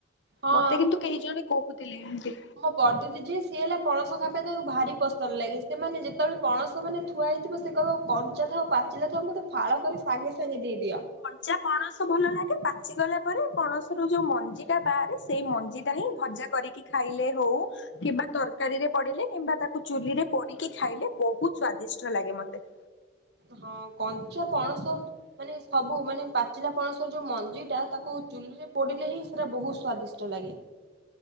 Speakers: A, on the right; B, on the left.
A: ହଁ
B: ମତେ କିନ୍ତୁ କେହି ଜଣେ କହୁଥିଲେ ଏମତି।
A: ବଡ଼ ଦିଦି ଯିଏ ସିଏ ହେଲା ପଣସ ଖାଇବା ପାଇଁ ତାଙ୍କୁ ଭାରି ପସନ୍ଦ ଲାଗେ ସେମାନେ ଯେତେବେଳେ ପଣସ ମାନେ ଥୁଆ ହେଇଥିବ ସେ କଇବ କଞ୍ଚା ଥାଉ ପାଚିଲା ଥାଉ ମତେ ଫାଳ କରି ସାଙ୍ଗେ ସାଙ୍ଗେ ଦେଇଦିଅ।
B: ଯା ପଣସ ଭଲ ଲାଗେ ପାଚିଗଲା ପରେ ପଣସ ର ଯୋଉ ମଞ୍ଜିଟା ବାହାରେ ସେଇ ମଞ୍ଜିଟା ହିଁ ଭଜା କରିକି ଖାଇଲେ ହଉ କିମ୍ବା ତରକାରୀରେ ପଡିଲେ କିମ୍ବା ତାକୁ ଚୁଲି ରେ ପୋଡିକି ଖାଇଲେ ବହୁତ ସ୍ଵାଦିଷ୍ଟ ଲାଗେ ମତେ।
A: ହଁ କଞ୍ଚା ପଣସ ମାନେ ସବୁ ମାନେ ପାଚିଲା ପଣସ ଯୋଉ ମଞ୍ଜି ଟା ତାକୁ ଚୁଲିରେ ପୋଡିଲେ ହିଁ ସେଟା ବୋହୁତ ସ୍ଵାଦିଷ୍ଟ ଲାଗେ।